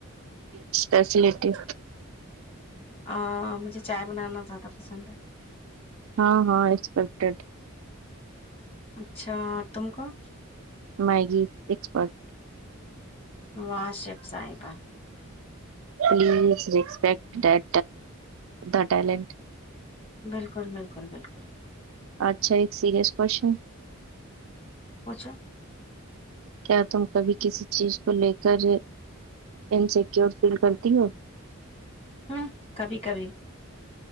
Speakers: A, on the right; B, on the left.
A: اسپیشلی <inaudible> <unintelligible> <inaudible> <unintelligible>
B: آ مجھے چائے بنانا زیادہ پسند ہے <unintelligible>
A: ہاں ہاں ایکسپیکٹیڈ <unintelligible>
B: اچھا تم کو <unintelligible>
A: مائگی ایکسپرٹ <unintelligible>
B: واشف صاحبہ <unintelligible>
A: پلیز رپٹ ٹیٹ دا ٹینٹ <unintelligible>
B: بالکل بالکل بالکل <unintelligible>
A: اچھا ایک سیریاس کوشن <unintelligible>
B: پوچھا <inaudible> <unintelligible>
A: کیا تم کبھی کسی چیز کو لے کر انسیکیور فیل کرتی ہو <unintelligible>
B: ہوں کبھی کبھی <unintelligible>